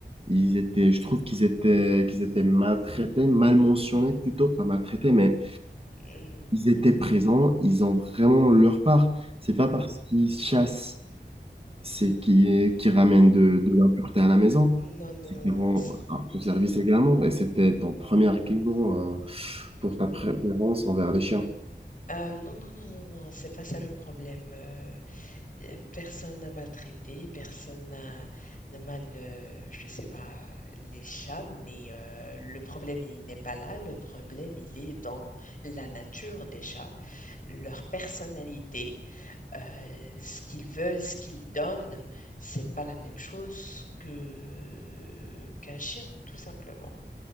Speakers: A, on the right; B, on the left.
A: Ils étaient, je trouve qu'ils étaient, qu'ils étaient maltraités, mal mentionnés plutôt, pas maltraités, mais
B: Mm,
A: ils étaient
B: mm,
A: présents, ils ont vraiment leur part. C'est pas parce qu'ils chassent, c'est qu'ils qu'ils ramènent de, de l'impureté à la maison,
B: Non, non,
A: c'est
B: non,
A: qu'ils
B: non.
A: rendent
B: non, c'est-
A: un peu service
B: mm.
A: également. Et c'était ton premier argument, euh, pour ta préférence envers les chiens.
B: Euh, non, non, non, non, non, c'est pas ça le problème. Euh, euh, personne n'a maltraité, personne n'a n'a mal, euh, je sais pas, les chats, mais euh, le problème, il n'est pas là. Le problème, il est dans la nature des chats, leur personnalité, euh, ce qu'ils veulent, ce qu'ils donnent, c'est pas la même chose que qu'un chien, tout simplement.